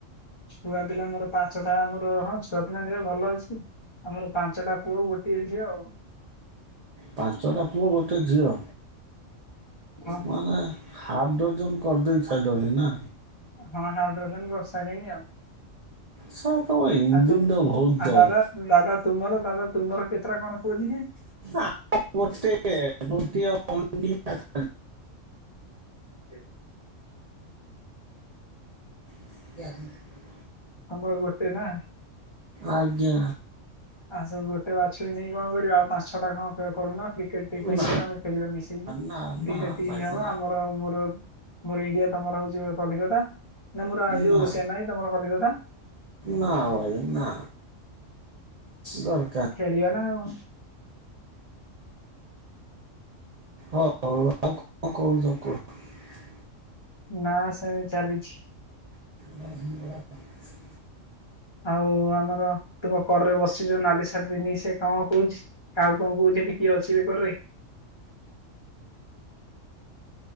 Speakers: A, on the left; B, on the right.
A: ଛୁଆ ପିଲା ମୋର ପାଞ୍ଚଟା ମୋର। ହଁ ଛୁଆ ପିଲାଙ୍କ ଦେହ ଭଲ ଅଛି। ଆମର ପାଞ୍ଚଟା ପୁଅ, ଗୋଟିଏ ଝିଅ ଆଉ।
B: ପାଞ୍ଚଟା ପୁଅ ଗୋଟେ ଝିଅ।
A: ହଁ
B: ମାନେ ହାଫ୍ ଡର୍ଜନ କରିଦେଇସାଇଲଣି ନା।
A: ହଁ ହାଫ୍ ଡର୍ଜନ କରିସାରୁଲିଣିି ଆଉ।
B: ସାର୍ ତମ ଇଞ୍ଜିନ୍ର
A: ଆତୁ
B: ବହୁତ
A: ଆ
B: ଦମ୍
A: ଦାଦା ଦାଦା ତୁମର ଦାଦା ତୁମର କେତେଟା କଣ ପୁଅ ଝିଅ?
B: <unintelligible>
A: <inaudible>
B: <unintelligible>
A: ତମର ଗୋଟେ ନା।
B: ଆଜ୍ଞା
A: ଆ ସେ ଗୋ ବାଛୁରୀ ନେଇକି କଣ କରିବ। ଆଉ ପାଞ୍ଚ ଛ ଟା କଣ କରୁନ କ୍ରିକେଟ ଟିମ ପାଇବ,
B: ନା
A: ଆମେ ଖେଳିବା ମିଶିକି।
B: ନା ନା
A: ଦିଟା ଟିମ୍
B: ଭାଇ
A: ହବ।
B: ନା
A: ଆମର ମୋର ମୋର ଇଣ୍ଡିଆ ତମର ହଉଚି କଲିକତା। ନା ମୋର ଯୋଉ
B: ନା
A: ଚେନ୍ନାଇ ତମର କଲିକତା।
B: ନା ଭାଇ ନା। ଦରକାର
A: ଖେଳିବା ନା ଆଉ।
B: <unintelligible>
A: ନା ସେମିତି ଚାଲିଚି।
B: <inaudible>
A: ଆଉ ଆମର ତୁମ କରରେ ବସି ଯୋଉ ନାଲି ସାର୍ଟ ପିନ୍ଧିକି ସେ କଣ କହୁଚି? କାହାକୁ କଣ କହୁଚି ହେଠି କିଏ ଅଛି କର ରେ?